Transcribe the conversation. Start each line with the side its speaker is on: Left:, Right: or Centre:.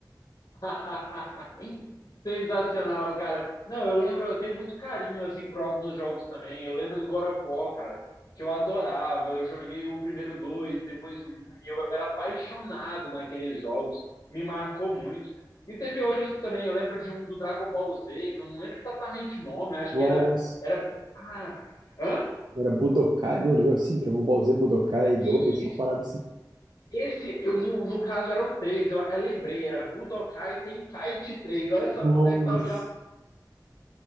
Left: <laughs> Sensacional, cara. Não, eu lembro, eu tenho muito carinho assim por alguns jogos também. Eu lembro do God of War, cara, que eu adorava. Eu joguei o primeiro dois, depois o um, e eu era apaixonado naqueles jogos. Me marcou muito. E teve outros também. Eu lembro de um do Dragon Ball Z, que eu não lembro exatamente o nome.
Right: <laughs>
Left: Acho
Right: Nossa,
Left: que era era ah, hã?
Right: era Budokai, não, um negócio assim, Dragon Ball Z, Budokai dois,
Left: E
Right: uma parada assim.
Left: esse, eu, no, no caso, era o 3, eu, eu lembrei, era Budokai Tenkaichi 3. Olha só
Right: Nossa,
Left: como é que tá o